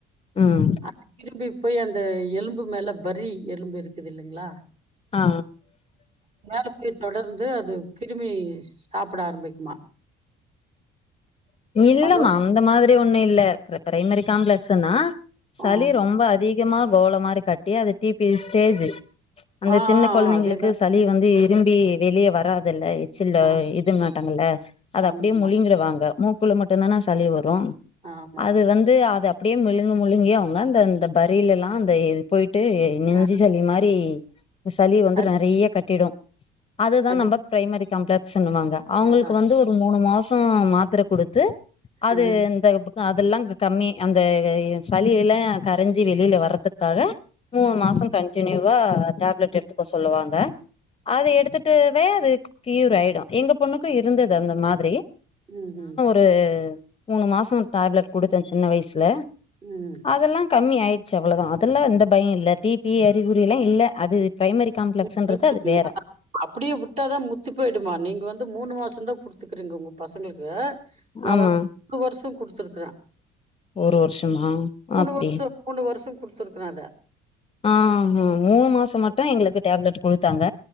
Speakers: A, on the left (about 30°); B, on the right (about 35°).
A: ம்
B: அது கிருமி போய் அந்த எலும்பு மேல பர்ரி எலும்பு இருக்குது இல்லைங்களா
A: ஆ
B: மேல போயி தொடர் வந்து அது கிருமி சாப்புட ஆரம்பிக்குமா
A: இல்லம்மா
B: ஹலோ
A: அந்த மாதிரி ஒண்ணும் இல்ல பிரைமரி காம்ப்ளெக்ஸ்ன்னா சளி
B: ஆ
A: ரொம்ப அதிகமா கோல மாரி கட்டி அது டிபி ஸ்டேஜ் அந்த
B: ஆ ஆ,
A: சின்ன குழந்தைங்களுக்கு
B: ஆ, அதேதான்
A: சளி வந்து இரும்பி வெளியே வராதுல்ல சில்ல
B: ஆ
A: இது மாட்டாங்கல்ல அது
B: ஆமா,
A: அப்படியே முழிங்கடுவாங்க மூக்குள்ள மட்டும்தானா சளிவ ரு
B: ஆமா.
A: அது வந்து அதப் டியே முழுங்கு முழுங்கியே அவங்க அந்த அந்த பரியில எல்லா அந்த இது போய்ட்டு நெஞ்சு
B: அ
A: சளி மாரி சளி வந்து
B: அது
A: நிறைய கட்டிடும் அதுதான்
B: அது
A: நம்ம பிரைமரி காம்ப்ளக்ஸ்ன்னுவாங்க அவங்களுக்கு
B: ஆஹா.
A: வந்து ஒரு மூணு மாசம் மாத்திரை குடுத் து அது
B: அ.
A: இந்த அதெல்லாம் கம்மி அந்த சளி எல்லா கரைஞ்சி வெளியில வர்றதுக்காக மூணு மாசம் கன்டினியூவா டேப்லெட் எடுத்துக்க சொல்லுவாங்க அது எடுத்துட்டுவே அது கியூர் ஆயிடும் எங்க பொண்ணுக்கும் இருந்தது அந்த மாதிரி
B: ம் ம்
A: து மூணு மாசம் டேப்லெட் கொடுத்த சின்ன வயசுல
B: ம்.
A: அதெல்லா கம்மி ஆயி ச்சி அவ்ளதா அதெல்லா இந்த பயம் இல்ல டிபி அறிகுறில்லா இல்ல அது பிரைமரி காம்ப்ளெக்ஸ்ன்றது
B: <unintelligible>
A: அது வேற
B: அப்படியே வுட்டாதா முத்தி போயிடுமா நீங்க வந்து மூணு மாசதா குடுத்துக்கறீங்க உங்க பசங்களுக்கு நா
A: ஆமா
B: வந்து மூணு வருஷ கொடுத்துருக்குற
A: ஒரு வருஷமா
B: மூணு
A: அப்டி
B: வருஷம் மூணு வருஷம் கொடுத்துருக்கற அத
A: ஆ மூணு மாசம் மட்டு எங்களுக்கு டேப்லெட் கொடுத் தாங்க